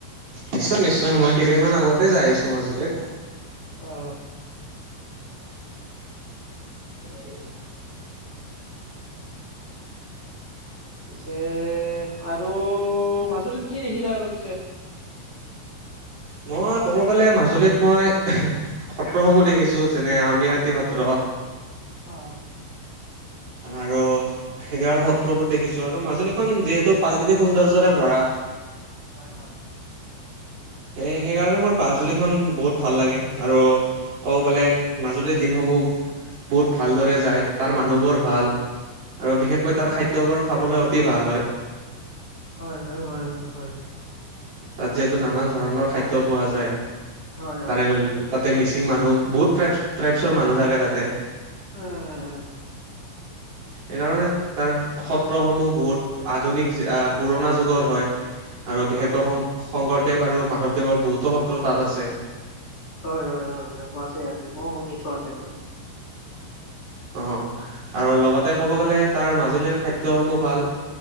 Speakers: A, on the right (about 45°); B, on the left (about 30°).
A: নিশ্চয়- নিশ্চয় মই কেইদিনমান আগতে যাই আহিছোঁ মাজুলীত।
B: অ', <unintelligible> পিছে আৰু মাজুলীত কি দেখিলা আৰু পিছে?
A: মই ক'ব গ'লে মাজুলীত মই <unintelligible> সত্ৰসমূহ দেখিছোঁ যেনে আউনীআটী সত্ৰ
B: অ',
A: আৰু ফেগাৰ সত্ৰুবোৰ দেখিছোঁ আৰু মাজুলীখন যিহেতু প্ৰাকৃতিক সৌন্দৰ্যৰে ভৰা
B: হয়- হয়।
A: সেই সেইকাৰণেতো মোৰ পাজুলিখন বহুত ভাল লাগে আৰু ক'ব গ'লে মাজুলীৰ দিনসমূহ বহুত ভাল দৰে যায় তাৰ মানুহবোৰ ভাল আৰু বিশেষকৈ তাৰ খাদ্যবোৰ খাবলৈ অতি ভাল হয়।
B: হয়-হয়-হয়-হয়-হয়।
A: তাত যিহেতু নানান ধৰণৰ খাদ্য পোৱা যায়
B: হয়
A: তাৰে
B: হয়।
A: তাতে মিচিং মানুহ বহুত ট্ৰাইপছ -ট্ৰাইপছৰ মানুহ থাকে তাতে।
B: উম, উম, উম,
A: সেইকাৰণে তাৰ সত্ৰসমূহ বহুত আধুনিক যে অ, পুৰণা যুগৰ হয়। আৰু বিশেষকৈ
B: হয়,
A: শং- শংকৰদেৱ আৰু মাধৱদেৱৰ বহুতো সত্ৰ তাত আছে।
B: হয়- হয়-হয়-হয় মাছে আছে মই শুনিছোঁ আছে বোলি।
A: অ, আৰু লগতে ক'ব গ'লে তাৰ মাজুলীৰ খাদ্যসমূহ ভাল।